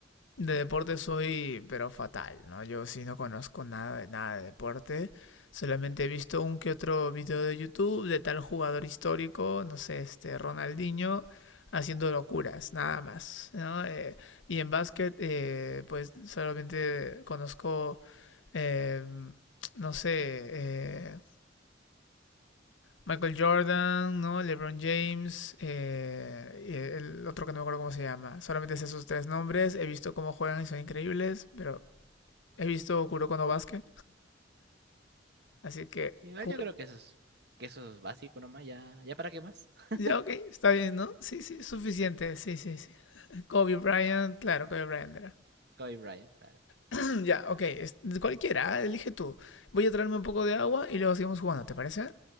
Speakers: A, on the left; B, on the right.
A: De deporte soy, pero fatal, ¿no? Yo sí no conozco nada de nada de deporte. Solamente he visto un que otro video de YouTube de tal jugador histórico, no sé, este Ronaldinho, haciendo locuras, nada más, ¿no? Eh, y en básquet, eh, pues solamente conozco, eh, no sé, eh, Michael Jordan, ¿no? LeBron James, eh, y el otro que no me acuerdo cómo se llama. Solamente sé sus tres nombres, he visto cómo juegan y son increíbles, pero He visto Kuroko no Basket, así que...
B: Igual
A: Ku-
B: yo creo que eso es, que eso es básico nomás, ya, ¿ya para qué más? <laughs>
A: Ya, ok, está bien, ¿no? Sí, sí, suficiente, sí, sí, sí. <laughs> Kobe Bryant, claro, Kobe Bryant era.
B: Kobe Bryant, claro.
A: <clears throat> Ya, ok, es- cualquiera, elige tú. Voy a traerme un poco de agua y luego seguimos jugando, ¿te parece?